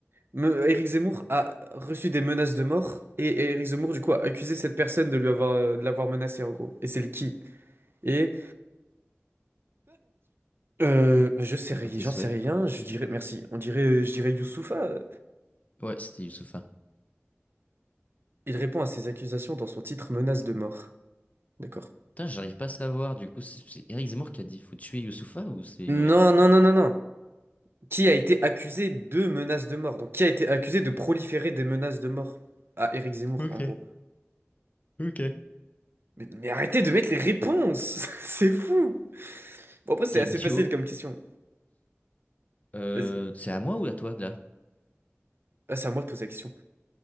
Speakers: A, on the right; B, on the left.
A: Me- Éric Zemmour a reçu des menaces de mort et et Éric Zemmour, du coup, a accusé cette personne de lui avoir, euh, de l'avoir menacé, en gros. Et c'est le qui? Et euh, je sais rien,
B: À tes
A: j'en
B: souhaits.
A: sais rien. Je dirais merci. On dirait, euh, je dirais Youssoupha. euh,
B: Ouais, c'était Youssoupha.
A: Il répond à ces accusations dans son titre menace de mort. D'accord.
B: Putain, j'arrive pas à savoir, du coup, c'est c'est Éric Zemmour qui a dit faut tuer Youssoupha ou c'est
A: Non,
B: l'inverse?
A: non, non, non, non. Qui a été accusé de menaces de mort? Donc qui a été accusé de proliférer des menaces de mort à Éric Zemmour,
B: Ok,
A: en gros.
B: ok.
A: Mais, mais arrêtez de mettre les réponses! <laughs> C'est fou! Bon après c'est
B: Quel
A: assez
B: duo?
A: facile comme question.
B: Euh,
A: Vas-y.
B: c'est à moi ou à toi, là?
A: Ah, c'est à moi de poser la question.